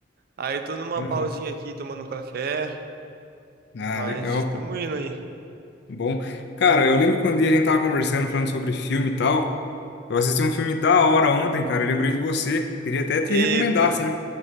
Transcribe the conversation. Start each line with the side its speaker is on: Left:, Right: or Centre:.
Right: Aí tô numa
Left: Aham.
Right: pausinha aqui, tomando um café,
Left: Ah,
Right: mas
Left: legal,
Right: tamo
Left: pô.
Right: indo aí.
Left: Bom. Cara, eu lembro que um dia a gente tava conversando, falando sobre filme e tal. Eu assisti um filme da hora ontem, cara. Eu lembrei de você. Queria até te
Right: Eita.
Left: recomendar, sim.